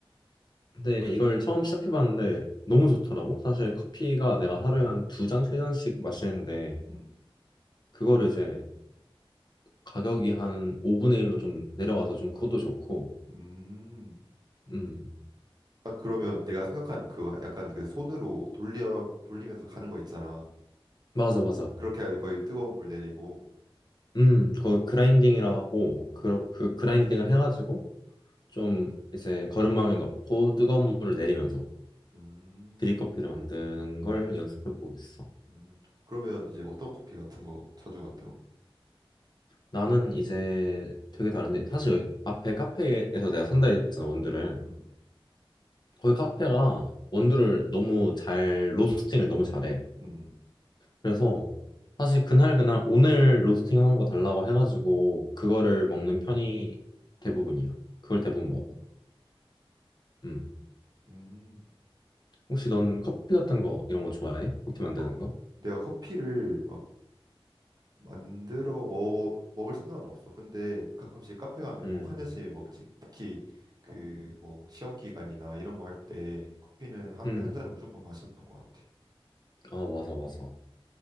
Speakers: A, on the left (about 50°); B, on the right (about 45°).
A: 근데
B: 그,
A: 이걸 처음 시작해봤는데 너무 좋더라고. 사실 커피가 내가 하루에 한 두 잔, 세 잔씩 마시는데
B: 음,
A: 그거를 이제 가격이 한 5분의 1로 좀 내려가서 좀 그것도 좋고
B: 음.
A: 음,
B: 아, 그러면 내가 생각하는 그거야? 약간 그 손으로 돌려, 돌리면서 가는 거 있잖아.
A: 맞아, 맞아.
B: 그렇게 해야지 거의 뜨거운 물 내리고.
A: 음, 그 그라인딩이라 하고, 그,
B: 음,
A: 그 그라인딩을 해가지고, 좀 이제 거름망에 넣고 뜨거운 물을 내리면서
B: 음,
A: 드립커피를 만드는 걸 연습해보고 있어.
B: 음. 그러면 이제 어떤 커피 같은 거 자주 만들어?
A: 나는 이제 되게 다른데, 사실 여기 앞에 카페에서 내가 산다 했잖아, 원두를.
B: 음,
A: 거기 카페가 원두를 너무 잘, 로스팅을 너무 잘해.
B: 음,
A: 그래서 사실 그날 그날 오늘 로스팅 한 거 달라고 해가지고, 그거를 먹는 편이 대부분이야. 그걸
B: 음,
A: 대부분 먹어. 음.
B: 음. 음.
A: 혹시 넌 커피 같은 거 이런 거 좋아해? 커피 만드는
B: 커-
A: 거?
B: 내가 커피를 막 만들어 먹 먹을 생각은 없어. 근데 가끔씩 카페 가면
A: 응,
B: 꼭 한 잔씩 먹지. 특히 그 뭐 시험 기간이나 이런 거 할 때 커피는 하루에
A: 응.
B: 한 잔은 무조건 마셨던 것 같아.
A: 아, 맞아, 맞아.